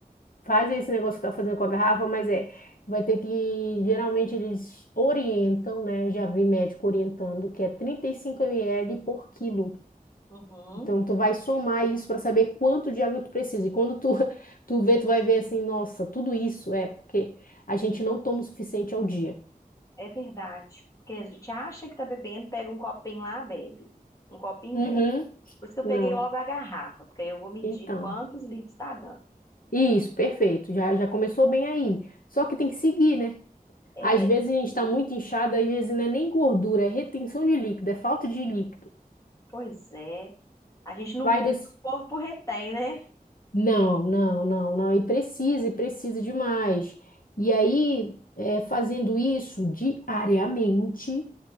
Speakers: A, on the left; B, on the left.
A: fazem
B: É.
A: esse negócio que tá fazendo com a garrafa, mas é, vai ter que, geralmente eles orientam, né? Já vi médico orientando que é 35 ml por quilo.
B: Uhum.
A: Então tu vai somar isso para saber quanto de água tu precisa. E quando tu <laughs> tu vê, tu vai ver assim, nossa, tudo isso é porque a gente não toma o suficiente ao dia.
B: É verdade. Porque a gente acha que tá bebendo, pega um copinho lá, bebe. Um copinho,
A: Uhum,
B: bebe. Por isso que eu
A: não.
B: peguei logo a garrafa, porque aí eu vou medir
A: Então,
B: quantos litros está dando.
A: isso, perfeito. Já já começou bem aí. Só que tem que seguir, né?
B: É,
A: Às vezes a gente está muito inchado, às vezes não é nem gordura, é retenção de líquido, é falta de líquido.
B: pois é. A gente não
A: Vai
B: põe,
A: desse.
B: o corpo retém, né?
A: Não, não, não, não. E precisa, e precisa demais. E aí, é, fazendo isso diariamente,